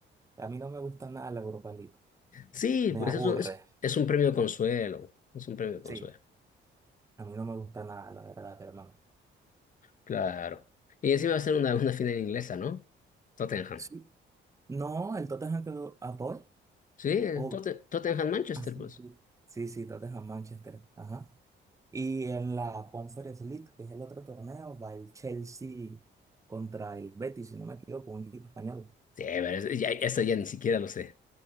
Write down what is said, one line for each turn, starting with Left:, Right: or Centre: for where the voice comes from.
Right: A mí no me gusta nada la Europa League.
Left: Sí,
Right: Me
Left: pues
Right: aburre.
Left: es un, es, es un premio de consuelo, es un premio de consuelo,
Right: Sí, a mí no me gusta nada, la verdad, hermano.
Left: claro. Y encima va a ser una, una final inglesa, ¿no? Tottenham.
Right: Sí. No, el Tottenham quedó a Paul.
Left: Sí, el
Right: Oh,
Left: Totte- Tottenham Manchester,
Right: ah, sí,
Left: pues.
Right: sí. Sí, sí, Tottenham Manchester. Ajá. Y en la Conference League, que es el otro torneo, va el Chelsea contra el Betis, si no me equivoco, un equipo español. <laughs>
Left: Sí, pero eso ya, eso ya ni siquiera lo sé.